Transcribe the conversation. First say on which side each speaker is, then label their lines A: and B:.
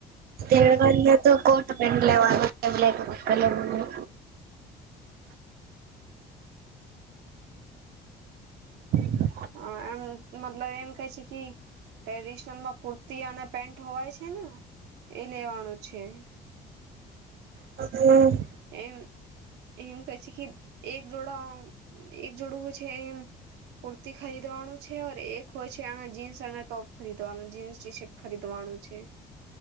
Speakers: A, on the right; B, on the right.
A: તેળવા તો કોટ પેન્ટ લેવાનું બ્લેક કલરનુ હ
B: અ એમ મતલબ એમ કહે છે કે ટ્રેડિશનલમાં કુર્તી અને પેન્ટ હોવાય છે ને એ લેવાનું છે
A: હમ
B: એમ, એમ કહે છે કે એક જોડા, એક જોડું હોય છે, એમ કુર્તી ખરીદવાનું છે એક હોય છે એના જીન્સ અને ટોપ ખરીદવાનું, જીન્સ ટી શર્ટ ખરીદવાનું છે